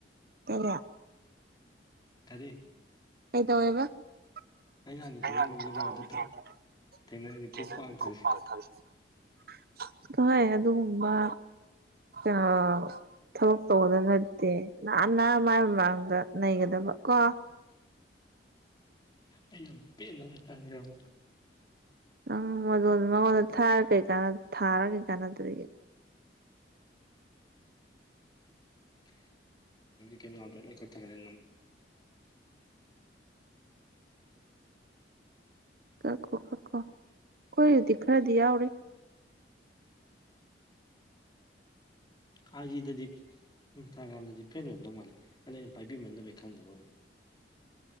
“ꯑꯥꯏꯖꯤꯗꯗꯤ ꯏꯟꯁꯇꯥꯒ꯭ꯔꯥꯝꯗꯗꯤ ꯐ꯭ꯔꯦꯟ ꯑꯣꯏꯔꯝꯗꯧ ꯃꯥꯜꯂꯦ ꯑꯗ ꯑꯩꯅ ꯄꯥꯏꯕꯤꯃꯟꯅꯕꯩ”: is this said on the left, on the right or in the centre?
Left